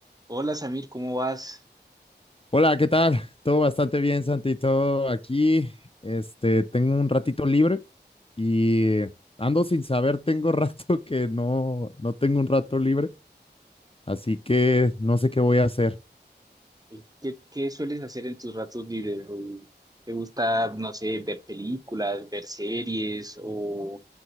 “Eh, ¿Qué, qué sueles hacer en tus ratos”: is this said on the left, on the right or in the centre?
Right